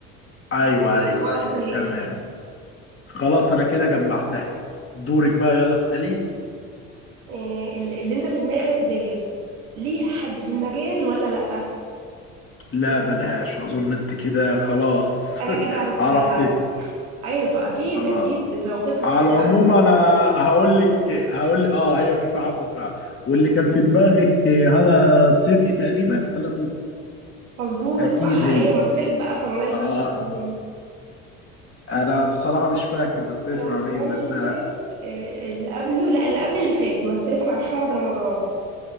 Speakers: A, on the right; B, on the left.
A: سبتها
B: ايوه ايوه
A: لك خالص
B: ايوه
A: اهي
B: تمام خلاص انا كده جمعتها دورك بقى يلا اسالي
A: إيه ال- اللي انت في دماغك ديت ليها حد في المجال ولا لا
B: لا بلاش اظن انت كده خلاص
A: انا كده
B: <laughs>
A: عرفتها
B: عرفت
A: ايوه طب اكيد
B: خلاص
A: اكيد راقصه
B: على
A: في شعب
B: العموم انا هقول لك هقول اه هي فيفا عبده فعلا واللي كان في دماغك هلا صدقي تقريبا هلا صدقي
A: مظبوط
B: اكيد
A: صح ايوه
B: هي
A: ومثلت بقى في رمضان اللي
B: اه
A: فات مع مين
B: انا بصراحه مش فاكر بس ايش
A: رمضان
B: مع مين بس
A: اللي فات
B: آه
A: إيه، اللي قبله لا اللي قبل اللي فات مثلت مع محمد رمضان